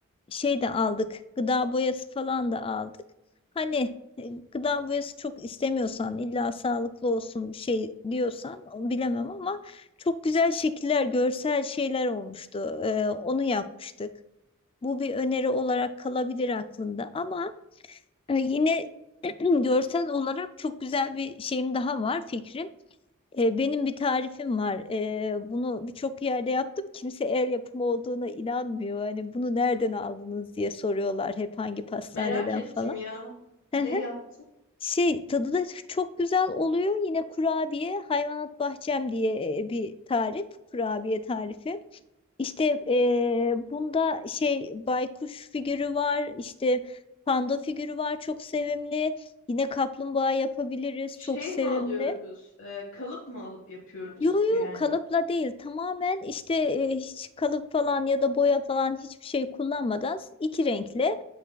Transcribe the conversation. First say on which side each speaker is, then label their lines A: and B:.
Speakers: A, on the left; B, on the left.
A: şey de aldık gıda boyası falan da aldık. Hani e, gıda boyası çok istemiyorsan illa sağlıklı olsun bir şey diyorsan o bilemem ama çok güzel şekiller görsel şeyler olmuştu. E, onu yapmıştık. Bu bir öneri olarak kalabilir aklında ama ee, Yine <clears throat> görsel olarak çok güzel bir şeyim daha var fikrim. Ee, benim bir tarifim var. Ee, bunu birçok yerde yaptım. Kimse el yapımı olduğuna inanmıyor. Hani bunu nereden aldınız diye soruyorlar hep hangi pastaneden
B: Merak ettim
A: falan.
B: ya.
A: Hı
B: Ne
A: hı.
B: yaptın?
A: Şey tadı da çok güzel oluyor. Yine kurabiye hayvanat bahçem diye e, bir tarif. Kurabiye tarifi. İşte eee, bunda şey baykuş figürü var, işte panda figürü var çok sevimli. Yine kaplumbağa yapabiliriz
B: Şey
A: çok sevimli.
B: mi alıyoruz? e, kalıp mı alıp yapıyoruz
A: Yo yo
B: yani?
A: kalıpla değil tamamen işte eee, hiç kalıp falan ya da boya falan hiçbir şey kullanmadan iki renkle